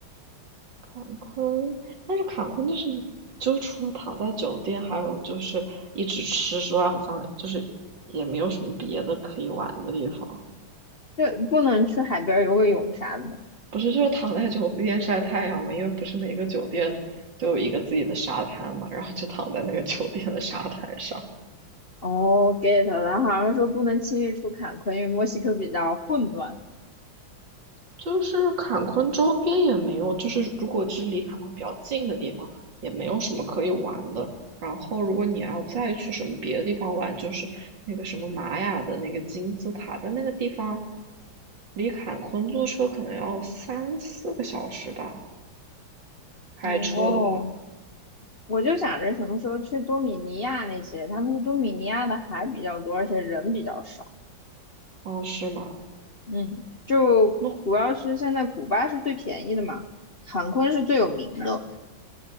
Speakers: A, on the right; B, on the left.
A: 坎昆，但是坎昆就是，就除了躺在酒店，还有就是一直吃之外，好像就是也没有什么别的可以玩的地方。
B: 就不能去海边游个泳啥的吗？
A: 不是，就是躺在酒店晒太阳嘛，因为不是每个酒店都有一个自己的沙滩嘛，然后就躺在那个酒店的沙滩上。
B: 哦，get 了。然后好像说不能轻易出坎昆，因为墨西哥比较混乱。
A: 就是坎昆周边也没有，就是如果是离坎昆比较近的地方，也没有什么可以玩的。然后，如果你要再去什么别的地方玩，就是那个什么玛雅的那个金字塔，但那个地方离坎昆坐车可能要三四个小时吧，开车的话。
B: 哦，我就想着什么时候去多米尼亚那些，他们说多米尼亚的海比较多，而且人比较少。
A: 哦，是吗？
B: 嗯，就主要是现在古巴是最便宜的嘛，
A: 那
B: 坎昆是最有名的。